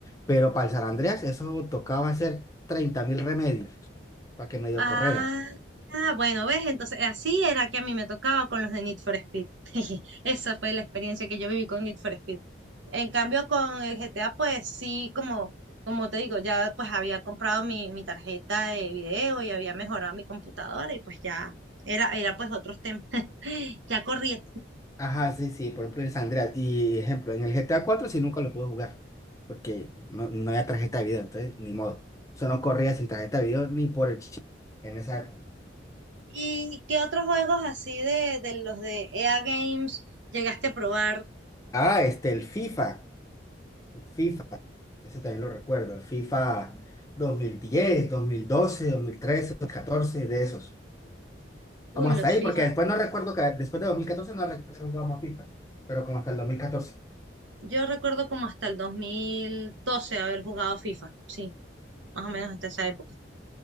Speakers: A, on the left; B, on the right.
A: Pero para el San Andreas, eso tocaba hacer 30.000 remedios para que medio
B: Ah,
A: correra.
B: ah, bueno, ¿ves? Entonces, así era que a mí me tocaba con los de Need for Speed. <laughs> Esa fue la experiencia que yo viví con Need for Speed. En cambio, con el GTA, pues sí, como, como te digo, ya pues había comprado mi, mi tarjeta de video y había mejorado mi computadora y pues ya era, era pues otros temas. <laughs> Ya corría.
A: Ajá, sí, sí, por ejemplo en San Andreas. Y ejemplo, en el GTA 4 sí nunca lo pude jugar, porque no, no había tarjeta de video, entonces ni modo. Eso no corría sin tarjeta de video ni por el chip en esa época.
B: ¿Y qué otros juegos así de, de los de EA Games llegaste a probar?
A: Ah, este, el FIFA, el FIFA, ese también lo recuerdo, el FIFA dos dos dos mil mil mil diez doce trece dos mil catorce de esos. Como
B: Uy,
A: hasta
B: los
A: ahí,
B: FIFA.
A: porque después no recuerdo que, después de 2014 no recuerdo que más FIFA, pero como hasta el dos mil catorce
B: Yo recuerdo como hasta el 2012 haber jugado FIFA, sí, más o menos hasta esa época,